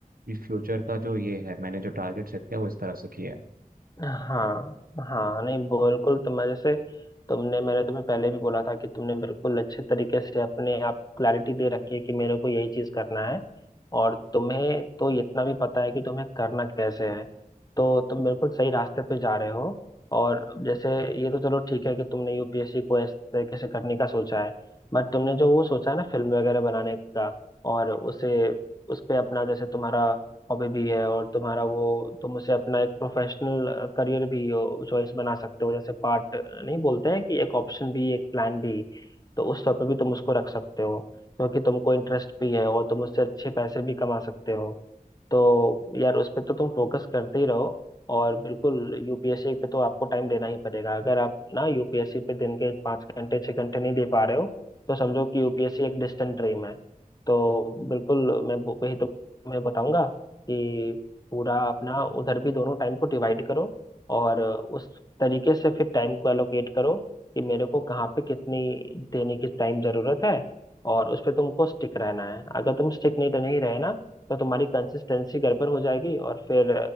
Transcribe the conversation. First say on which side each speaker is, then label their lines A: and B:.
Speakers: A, on the right; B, on the left.
A: कि फ्यूचर का जो ये है मैंने जो टारगेट सेट किया वो इस तरह से किया है
B: हाँ हाँ नहीं बिल्कुल तो मैं जैसे तुमने मैंने तुम्हें पहले भी बोला था कि तुमने बिल्कुल अच्छे तरीके से अपने आप क्लैरिटी दे रखी है कि मेरे को यही चीज करना है और तुम्हें तो इतना भी पता है कि तुम्हें करना कैसे है तो तुम बिल्कुल सही रास्ते पे जा रहे हो और जैसे ये तो चलो ठीक है कि तुमने यूपीएससी को इस तरीके से करने का सोचा है बट तुमने जो वो सोचा है ना फिल्म वगैरह बनाने का और उसे उस पे अपना जैसे तुम्हारा हॉबी भी है और तुम्हारा वो तुम उसे अपना एक प्रोफेशनल करियर भी चॉइस बना सकते हो जैसे पार्ट नहीं बोलते हैं कि एक ऑप्शन भी एक प्लान भी तो उस तौर पे भी तुम उसको रख सकते हो क्योंकि तुमको इंटरेस्ट भी है और तुम उससे अच्छे पैसे भी कमा सकते हो तो यार उस पर तो तुम फोकस करते ही रहो और बिल्कुल यूपीएससी पे तो आपको टाइम देना ही पड़ेगा अगर आप ना यूपीएससी पे दिन के पाँच घंटे छः घंटे नहीं दे पा रहे हो तो समझो कि यूपीएससी एक डिस्टेंट ड्रीम है तो बिल्कुल मैं वो- वही तुम्हें बताऊंगा कि पूरा अपना उधर भी दोनों टाइम को डिवाइड करो और उस तरीके से फिर टाइम को एलोकेट करो कि मेरे को कहाँ पे कितनी देने की टाइम जरूरत है और उस पे तुमको स्टिक रहना है अगर तुम स्टिक नहीं नहीं रहे ना तो तुम्हारी कंसिस्टेंसी गड़बड़ हो जाएगी और फिर